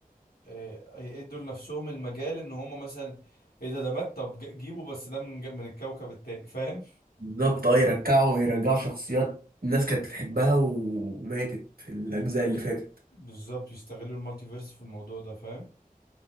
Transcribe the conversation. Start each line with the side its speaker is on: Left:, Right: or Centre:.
Left: آه، يدوا لنفسهم المجال ان هم مثلا ايه ده ده مات طب ج- جيبه بس ده من ج- من الكوكب التاني فاهم
Right: بالظبط اه يرجعوا ويرجعوا شخصيات الناس كانت بتحبها و- وماتت في الأجزاء اللي فاتت
Left: بالظبط يستغلوا المالتي فيرس في الموضوع ده فاهم